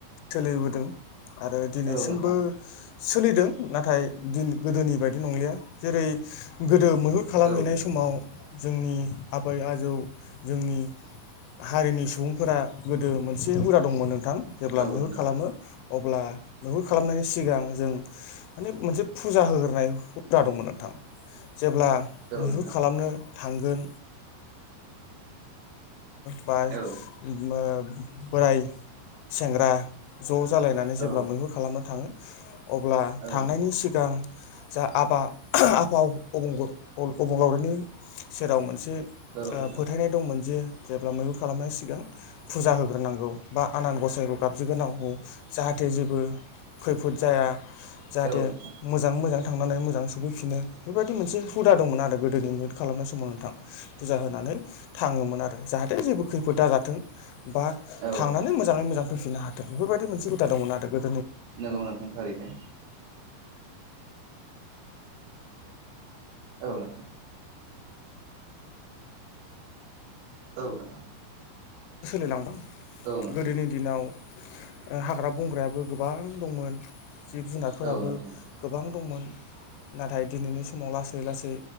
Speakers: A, on the left; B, on the right.
A: सोलिबोदों आरो दिनैसिमबो
B: औ नोंथां
A: सोलिदों नाथाय दिन गोदोनि बायदि नंलिया। जेरै गोदो मैहुर खालामहैनाय
B: औ नोंथां
A: समाव जोंनि आबै आजौ जोंनि हारिनि सुबुंफोरा गोदो मोनसे हुदा दंमोन नोंथां जेब्ला
B: औ
A: मैहुर
B: नोंथां
A: खालामो अब्ला मैहुर खालामनायनि सिगां जों माने मोनसे फुजा होग्रोनाय हुदा दंमोन नोंथां। जेब्ला
B: औ
A: मैहुर
B: नोंथां
A: खालामनो थांगोन बा
B: औ नोंथां
A: ओ बोराय सेंग्रा ज' जालायनानै
B: औ
A: जेब्ला मैहुर खालामनो थाङो अब्ला
B: औ
A: थांनायनि सिगां जा आफा आफा अबं ग अबंलावरिनि सेराव मोनसे ओ
B: नोंथां
A: फोथायनाय दंमोन जे जेब्ला मैहुर खालामनाय सिगां फुजा होग्रोनांगौ बा आनान गसाइखौ गाबज्रिग्रोनांगौ जाहाथे जे जेबो खैफोद जाया जाहाथे
B: औ नोंथां
A: मोजाङै मोजां थांनानै मोजां सफैफिनो बेफोरबायदि मोनसे हुदा दंमोन आरो गोदो। गोदोनि मैहुर खालामनाय समाव नोंथां, फुजा होनानै थाङोमोन आरो। जाहाथे जेबो खैफोद दाजाथों बा
B: औ
A: थांनानै
B: नोंथां
A: मोजाङै मोजां फैफिननो हाथों बेफोरबायदि मोनसे हुदा दंमोन आरो गोदोनि
B: नंगौ नोंथां थारैनो। औ नोंथां। औ नोंथां।
A: सोलिलांबाय
B: औ नोंथां
A: गोदोनि दिनाव हाग्रा बंग्रायाबो गोबां दंमोन। जिब जुनारफोराबो
B: औ नोंथां
A: गोबां दंमोन, नाथाय दिनैनि समाव लासै-लासै